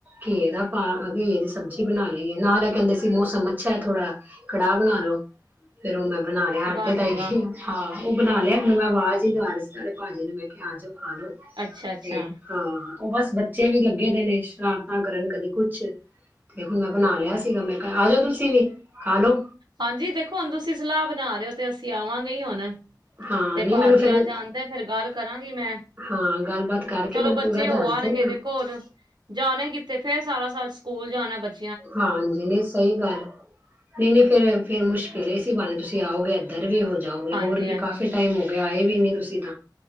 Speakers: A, on the right; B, on the right.
A: ਘੀਏ ਦਾ ਪਾ ਘੀਏ ਦੀ ਸਬਜ਼ੀ ਬਣਾ ਲਈ ਨਾਲ ਕਹਿੰਦੇ ਸੀ ਮੌਸਮ ਅੱਛਾ ਥੋੜਾ ਕੜਾਹ ਬਣਾ ਲੋ, ਫੇਰ ਉਹ ਮੈਂ ਬਣਾ ਲਿਆ ਆਟੇ
B: ਵਾਹ
A: ਦਾ
B: ਜੀ
A: ਹੀ,
B: ਵਾਹ
A: ਹਹ ਉਹ ਬਣਾ ਲਿਆ ਹੁਣ ਮੈਂ ਆਵਾਜ਼ ਹੀ ਲਵਾ ਰਹੀ ਤੁਹਾਡੇ ਭਾਜੀ ਨੂੰ ਮੈਂ ਕਿਹਾ ਆ ਜੋ ਆਲੋ
B: ਅੱਛਾ-ਅੱਛਾ
A: ਏ ਹਾਂ ਉਹ ਬਸ ਬੱਚੇ ਵੀ ਲੱਗੇ ਦੇ ਨੇ ਸ਼ਰਾਰਤਾਂ ਕਰਨ ਕਦੀ ਕੁਛ ਤੇ ਹੁਣ ਮੈਂ ਬਣਾ ਲਿਆ ਸੀਗਾ ਮੈਂ ਆ ਜਾਓ ਤੁਸੀਂ ਵੀ ਖਾ ਲੋ
B: ਹਾਂਜੀ ਦੇਖੋ ਹੁਣ ਤੁਸੀਂ ਸਲਾਹ ਬਣਾ ਤੇ ਅਸੀਂ ਆਵਾਂਗੇ ਹੀ ਹਣ
A: ਹਾਂ
B: ਤੇ
A: ਨਹੀਂ
B: ਭਾਜੀ
A: ਮੈਨੂੰ ਫੇਰ
B: ਆ ਜਾਂਣਦਾ ਫਿਰ ਗੱਲ ਕਰਾਂਗੀ ਮੈਂ
A: ਹਾਂ ਗੱਲਬਾਤ ਕਰਕੇ
B: ਚਲੋ
A: ਮੈਨੂੰ ਪੂਰਾ
B: ਬੱਚੇ
A: ਦੱਸ
B: ਹੋ ਆਉਣਗੇ
A: ਦੇਣਾ
B: ਦੇਖੋਰ ਜਾਣੇ ਕਿੱਥੇ ਫਿਰ ਸਾਰਾ ਸਾਲ ਸਕੂਲ ਜਾਣਾ ਬੱਚਾ
A: ਹਾਂਜੀ ਨਹੀਂ ਸਹੀ ਗੱਲ ਨਹੀਂ ਨਹੀਂ ਫਿਰ ਫਿਰ ਮੁਸ਼ਕਿਲ ਹੈ ਇਸ ਬਾਰੇ ਤੁਸੀਂ ਆਓਗੇ ਇੱਧਰ ਵੀ ਹੋ ਜਾਓਗੇ
B: ਹਾਂਜੀ-ਹਾਂਜੀ
A: ਹੋਰ ਕੀ ਕਾਫ਼ੀ ਟਾਈਮ ਹੋ ਆਏ ਵੀ ਨੀ ਤੁਸੀਂ ਤਾਂ